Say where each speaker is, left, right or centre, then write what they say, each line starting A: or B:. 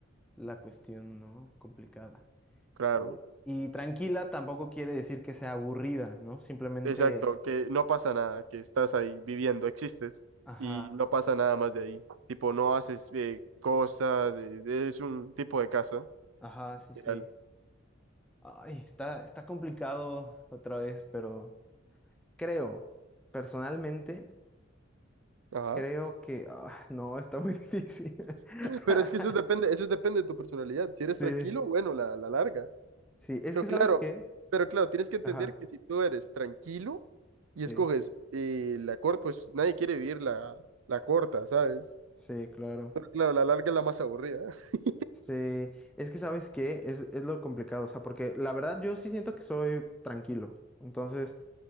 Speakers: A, in the centre; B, on the right.
A: la cuestión, ¿no? Complicada.
B: claro.
A: Eh, Y tranquila tampoco quiere decir que sea aburrida, ¿no? Simplemente,
B: Exacto, que no pasa nada, que estás ahí viviendo, existes
A: ajá,
B: y no pasa nada más de ahí. Tipo, no haces eh, cosas, eh, es un tipo de casa.
A: ajá, sí,
B: literal.
A: sí. Ay, está, está complicado otra vez, pero creo personalmente
B: Ajá.
A: Creo que, ah, no, está muy <laughs> difícil. <laughs>
B: Pero es que eso depende, eso depende de tu personalidad. Si eres
A: Sí,
B: tranquilo, bueno, la, la larga.
A: sí, es
B: Pero
A: que
B: claro,
A: ¿sabes qué?
B: pero claro, tienes que entender
A: Ajá,
B: que si tú eres tranquilo y
A: sí,
B: escoges eh, la corta, pues nadie quiere vivir la, la corta, ¿sabes?
A: sí, claro.
B: Pero claro, la larga es la más aburrida. <laughs>
A: Sí, es que ¿sabes qué? Es, es lo complicado, o sea, porque la verdad yo sí siento que soy tranquilo. Entonces,